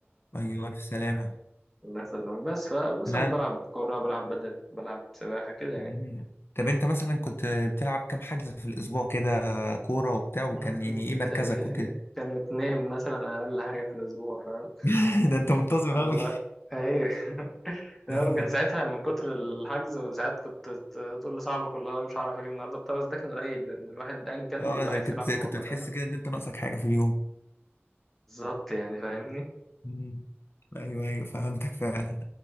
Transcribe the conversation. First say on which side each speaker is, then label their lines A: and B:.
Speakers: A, on the left; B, in the centre.
A: ايوه الف سلامه
B: الله يسلمك بس فمثلا
A: لا
B: بلعب كورة بلعب بدل بلعب سباحة كده يعني
A: مم. طب انت مثلا كنت بتلعب كام حجز في الاسبوع كده كوره وبتاع وكان
B: مم.
A: يعني ايه
B: ده
A: مركزك وكده
B: كانوا اتنين مثلا أقل حاجة في الأسبوع فاهم
A: <laughs> ده انت منتظم
B: الله
A: قوي
B: أيوه
A: <laughs>
B: هو كان ساعتها من كتر الحجز ساعات كنت ت- تقول لصاحبك والله انا مش هعرف اجي النهارده بتاع بس ده كان قليل لان الواحد ان كان
A: اه
B: بيبقى
A: ده
B: عايز
A: كنت
B: يلعب كوره
A: كنت بتحس
B: فاهم
A: كده ان انت ناقصك حاجه في اليوم
B: بالظبط يعني فاهمني
A: مم. ايوه ايوه فهمتك فعلا